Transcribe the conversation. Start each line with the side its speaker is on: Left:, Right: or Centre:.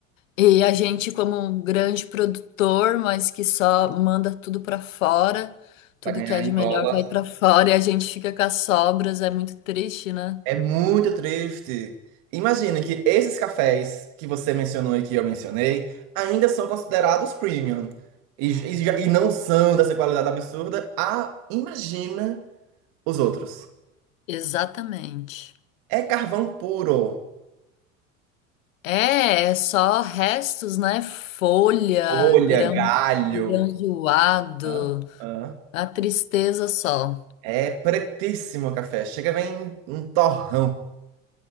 Left: E a gente, como um grande produtor, mas que só manda tudo para fora,
Right: Pra
Left: tudo
Right: ganhar
Left: que é de
Right: em dólar.
Left: melhor vai para fora e a gente fica com as sobras, é muito triste, né?
Right: É muito triste. Imagina que esses cafés que você mencionou e que eu mencionei ainda são considerados premium. E, e, já- e não são dessa qualidade absurda. Ah, imagina os outros.
Left: Exatamente.
Right: É carvão puro.
Left: É, é só restos, né? Folha,
Right: Folha,
Left: grão,
Right: galho.
Left: grão zoado,
Right: Hã? Hã?
Left: a tristeza só.
Right: É pretíssimo o café. Chega, vem um torrão.